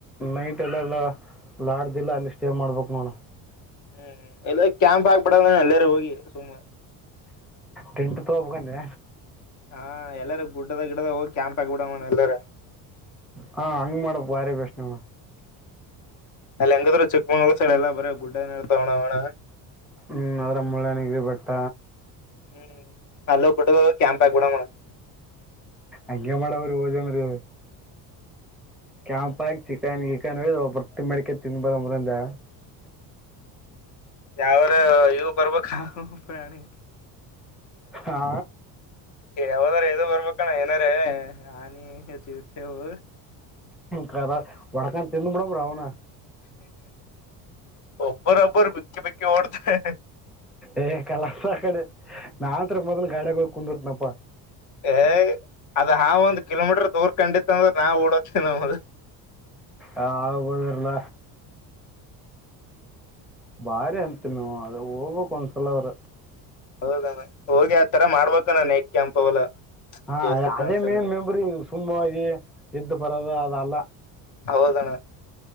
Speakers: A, in the centre; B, on the left (about 50°).
A: ನೈಟ್ ಎಲ್ಲಲ್ಲ ಲಾಡಜ ಇಲ್ಲ ಅಲ್ಲಿ ಸ್ಟೇ ಮಾಡ್ಬೇಕ್ ನೋಡ
B: ಹ್ಮ್ ಎಲ್ಲ ಕ್ಯಾಂಪ್ ಆಗ್ಬಿಡದ್ರ ಅಲ್ಲೇಾರ ಹೋಗಿ ಸುಮ್ನೇ
A: ಟಂಟ್ು ತೋಬಕೊಂಡೆ
B: ಹಾ ಎಲ್ಲಾರ ಗುಡ್ಡದ ಗಿಡದ ಹೋಗಿ ಕ್ಯಾಂಪ್ ಆಗಬಿಡ ಮಣ ಎಲ್ಲಾರ
A: ಹಾ ಹಂಗ ಮಾಡಡ ಬಾರ ಬಸ್ಟ್ಣ್
B: ಅಲ್ಲಿ ಹೆಂಗಾದ್ರೂ ಚಿಕ್ಕಮಂಗಳೂರು ಸೈಡ್ ಎಲ್ಲಾ ಬರಿ ಗುಡ್ಡನೇ ಏ ಇಡ್ತಾವಣ ಅಣ್ಣ
A: ಹ್ಮ್ ಅದ್ರ ಮುಳ್ಳಗಿರಿನ ಬೆಟ್ಟ
B: ಹ್ಮ್ ನ ಅಲ್ಲ ಪುಟ್ಟ ಕ್ಯಾಂಪ್ ಆಗಿ ಕೂಡ ಮ
A: ಅಂಗೇ ಮಾಡೇವ ಹೋದಂದರೇ ಕ್ಯಾಂಪಗಿ ಚಿಕನ್ ಗಿಕನ್ ಬರ್ ಮಡಕೆ ತಿನ್ಬಾರ್ರಂದ
B: ಯಾವ ಇವು ಬರ್ಬಾಕ ಪ್ರಾಣಿ
A: ಹಾ
B: ಯಾವದ್ರ ಎದು ಬರ್ಬೇಕಣ್ಣ ಏನಾರ ಆನಿ ಚಿರತತೆವು
A: ಕದ ವಡಕನ್ ತಿಿಂದ ಬಿಿಡ್ರ ಅವನ
B: ಒಬ್ಬರ ಒಬ್ಬರು ಬಕ್ಕಿ ಬಕ್ಕಿ ಓಡ್ತರೇ
A: ಏ ಕಲಾಸ ಕಡೆ ನಾನ್ತ್ರ ಮೊದಲು ಗಾಡಾಗ ಹೋಗಿ ಕುಂದರ್ತನಪ್ಪಾ
B: ಏ ಅದ ಹಾ ಒಂದ್ ಕಿಲೋಮೀಟರ್ ದೂರ್ ಕಂಡಿತ್ ಅಂದ್ರೆ ನಾ ಓಡೋದ ನಾ ಮೊದಲ್
A: ಹ ಹಾವ್ಬರಲ್ಲ ಭಾರಿ ಅಂತಿನವ ಅದು ಓದಬೇಕು ಒಂದಸಲ ಅವರ
B: ಹೌದಣ ಹೋಗಿ ಆತರ ಮಾಡ್ಬೇಕು ಅಣ್ಣ ನೈಟ್ ಕ್ಯಾಂಪ್ ಅವಲ್ಲ
A: ಹಾ
B: ದೋಸ್ತ್ ಫ್ರೆಂಡ್ಸ್
A: ಅದೇ ಮೇನ್
B: ಅಂದ್ರ
A: ಮೆಮರಿ ಸುಮ್ಮನೆ ಹೋಗಿ ಇದ್ದು ಬರದು ಅದಲ್ಲ
B: ಹೌದಣ